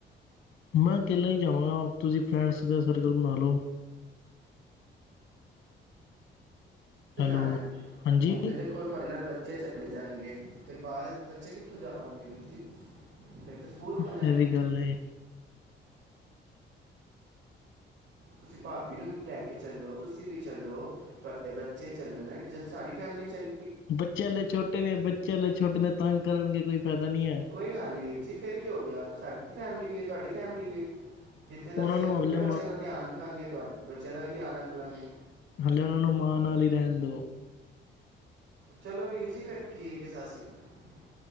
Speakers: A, on the left (about 65°); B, on the right (about 80°).
A: ਮੈਂ ਅਕਲਾ ਹੀ ਜਾਵਾਂਗਾ ਤੁਸੀਂ ਫਰੈਂਡਸ ਦੇ ਸਰਕਲ ਬਣਾ ਲਓ। ਹੈਲੋ
B: ਜਾਣਾ
A: ਹਾਂਜੀ
B: ਹੁਣ ਤੇ ਦੇਖੋ ਤੁਹਾਡੇ ਨਾਲ ਬੱਚ ਬੱਚੇ ਚਲੇ ਜਾਣਗੇ ਫੇਰ ਬਾਅਦ ਬੱਚੇ ਕਿੱਥੋਂ ਜਾ ਪਾਉਣਗੇ ਵੀਰ ਜੀ ਫ ਅਤੇ ਸਕੂਲ ਖੁੱਲ੍ਹ
A: ਇਹ
B: ਜਾਣੇ ਨੇ।
A: ਵੀ ਗੱਲ ਹੈ
B: ਤੁਸੀਂ ਭਾਬੀ ਨੂੰ ਵੀ ਲੈ ਕੇ ਚੱਲੋ ਤੁਸੀਂ ਵੀ ਚੱਲੋ ਤੁਹਾਡੇੇ ਤੇ ਬੱ ਚੱਲਣਣਾ ਜਦ ਸਾਡੀ ਫੈਮਿਲੀ ਚੱਲ
A: ਬੱਚਿਆਂ ਹਲੇ ਛੋਟੇ ਨੇ ਬੱਚਿਆਂ ਹਲੇ ਛੋਟੇ ਨੇ ਤੰਗ ਕਰਨਗੇ। ਕੋਈ ਫਾਇਦਾ ਨਹੀਂ ਹੈ
B: ਕੋਈ ਗੱਲ ਨਹੀਂ ਵੀਰ ਜੀ ਫਿਰ ਕਿ ਹੋ ਗਿਆ ਸਾਡੀ ਫੈਮਿਲੀ ਵੀ ਤੁਹਾਡੀ ਫੈਮਿਲੀ ਵੀ ਜਿੱਥੇ ਤਾਂ
A: ਉਹਨਾਂ
B: ਅਸੀਂ
A: ਨੂੰ
B: ਆਪਣੇ
A: ਹਲੇ
B: ਬੱਚਿਆਂ ਦਾ ਧਿਆਨ ਰੱਖਾਂਗੇ ਤੁਹਾਡੇ ਬੱਚਿਆਂ ਦਾ ਵੀ ਧਿਆਨ ਰੱਖ ਲਾਂਗੇ
A: ਹੱਲੇ ਉਹਨਾਂ ਨੂੰ ਮਾਂ ਨਾਲ ਈ ਰਹਿਣ ਦਿਉ।
B: ਚਲੋ ਵੀਰ ਜੀ ਫੇਰ ਠੀਕ ਹੈ ਸਤਿ ਸ੍ਰੀ ਅਕਾਲ।